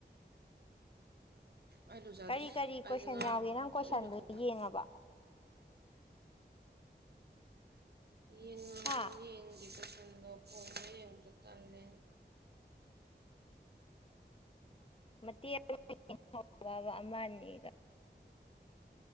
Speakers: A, on the right; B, on the left.
A: ꯑꯩ ꯂꯨꯖꯗ꯭ꯔꯤ
B: ꯀꯔꯤ ꯀꯔꯤ
A: ꯑꯩꯁꯦ
B: ꯀꯣꯏꯁꯟ
A: ꯉꯔꯥꯡ
B: ꯌꯥꯎꯒꯦ
A: ꯍꯜꯂꯛ
B: ꯅꯪ
A: ꯄꯨꯂꯞ
B: ꯀꯣꯏꯁꯟꯗꯨ
A: ꯂꯨꯖꯊꯣꯛꯄꯅꯤ
B: ꯌꯦꯡꯉꯕ
A: ꯌꯦꯟꯉ
B: ꯍꯥ
A: ꯌꯦꯡꯒꯤꯀꯦꯁꯟꯗꯣ ꯐꯣꯟꯗ ꯌꯦꯡꯉꯗ ꯇꯜꯂꯦ
B: ꯃꯇꯦꯛ ꯑꯃꯕ ꯑꯃꯅꯦꯗ